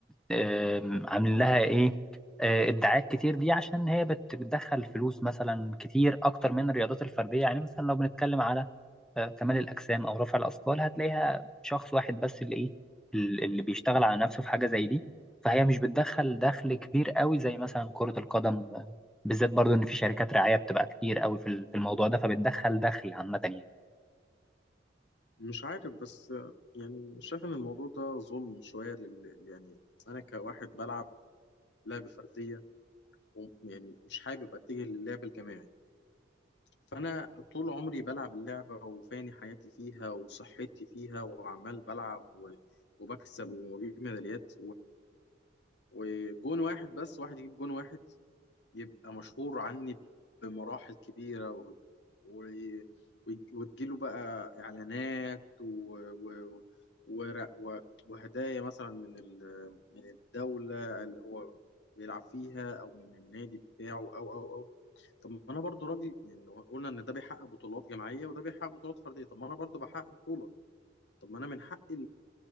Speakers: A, in the centre; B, on the left.
A: آم، عاملين لها إيه آه، ادعاءات كتير دي عشان هي بت- بتدخل فلوس مثلا كتير أكتر من الرياضات الفردية يعني مثلا لو بنتكلم على آه، كمال الأجسام أو رفع الأثقال هتلاقيها شخص واحد بس اللي إيه ال- اللي بيشتغل على نفسه في حاجة زي دي فهي مش بتدخل دخل كبير قوي زي مثلا كرة القدم آه، بالذات برضو إن في شركات رعاية بتبقى كتير قوي في ال- في الموضوع ده فبتدخل دخل عامة يعني
B: مش عارف بس آه، يعني مش شايف إن الموضوع ده ظلم شوية لل... يعني أنا كواحد بلعب لعبة فردية وم- يعني مش حابب أتجه للعب الجماعي فأنا طول عمري بلعب اللعبة وفاني حياتي فيها وصحتي فيها وعمال بلعب و... وبكسب وبجيب ميداليات وجون واحد بس واحد يجيب جون واحد يبقى مشهور عني بمراحل كبيرة و... و... و... وتجيله بقى إعلانات و... و... و... و... وهدايا مثلا من ال... من الدولة اللي هو بيلعب فيها أو من النادي بتاعه أو أو أو طب ما أنا برضو راجل يعني لو قلنا إن ده بيحقق بطولات جماعية وده بيحقق بطولات فردية طب ما أنا برضو بحقق بطولة طب ما أنا من حقي